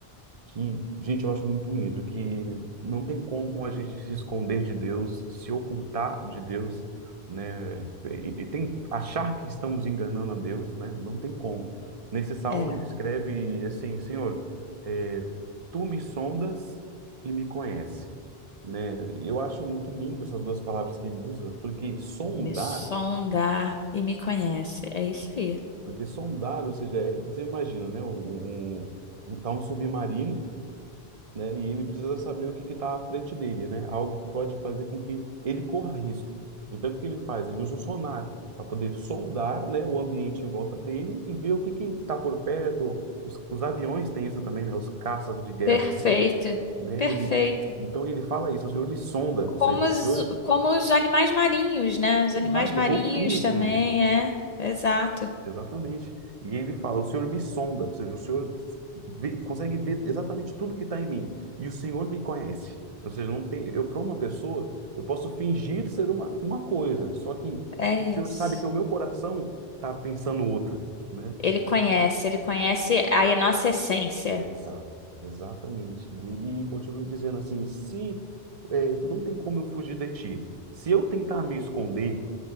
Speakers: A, on the right; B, on the left.
A: que, gente, eu acho muito bonito, que não tem como a gente se esconder de Deus, se ocultar de Deus, né? E, e tem achar que estamos enganando a Deus, né? Não tem como. Nesse salmo
B: É,
A: ele escreve assim, Senhor, eh, tu me sondas e me conhece, né? Eu acho muito lindo essas duas palavras que ele usa, porque sondar,
B: me sonda e me conhece. É isso aí.
A: porque sondar, ou seja, é- você imagina, né? Um, um, tá um submarino né? E ele precisa saber o que está à frente dele, né? Algo que pode fazer com que ele corra risco. Então, o que que ele faz? Ele usa o sonar para poder sondar, né, o ambiente em volta dele e ver o que que está por perto. Os, os aviões têm isso também, né? Os caças de guerra,
B: Perfeito.
A: né? Né?
B: Perfeito.
A: Então, ele fala isso, o senhor me sonda,
B: Como
A: ou seja, o
B: os,
A: senhor...
B: como os animais marinhos, né? Os
A: Exato,
B: animais marinhos
A: o golfinho tem
B: também,
A: isso.
B: é. Exato.
A: Exatamente. E ele fala: O Senhor me sonda, ou seja, o Senhor vê- consegue ver exatamente tudo que está em mim, e o Senhor me conhece. Ou seja, não tem, eu para uma pessoa, eu posso fingir ser uma, uma coisa, só que
B: É
A: o
B: isso.
A: Senhor sabe que o meu coração está pensando outra, né?
B: Ele conhece, ele conhece a nossa essência.
A: Exato, exatamente. E ele continua dizendo assim: se eh, não tem como eu fugir de ti, se eu tentar me esconder,